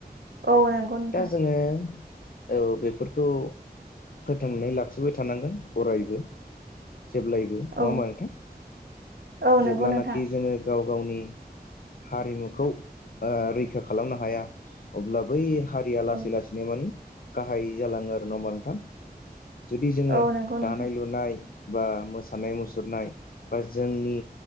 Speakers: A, on the right (about 90°); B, on the left (about 65°).
A: औ नंगौ नोंथां
B: दा जोङो औ बेफोरखौ फोथांनानै लाखिबाय थानांगोन अरायबो जेब्लायबो नङा
A: औ
B: होमबा नोंथां
A: औ नंगौ
B: जेब्लानाखि
A: नोंथां
B: जोङो गाव गावनि हारिमुखौ रैखा खालामनो हाया अब्ला बै हारिया लासै
A: औ
B: लासै मानि गाहाय जालाङो आरो ना होमबा नोंथां? जुदि जोङो
A: औ नंगौ नोंथां
B: दानाय लुनाय बा मोसानाय मुसुरनाय बा जोंनि